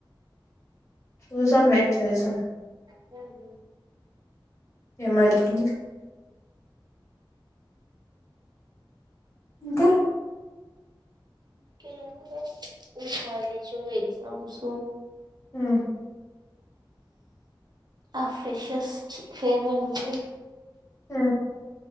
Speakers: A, on the left; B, on the right.
A: చూసమ్ వేట్ చేస్దాం
B: హుహు
A: ఏమైతుంది ఇంకా
B: ఇంకా ఏమిలేద్ ఈ కాలేజు ఎగ్జామ్స్
A: ఉమ్
B: ఆ ఫ్రెషస్ చి ఫేర్వల్ ఉంది
A: హ్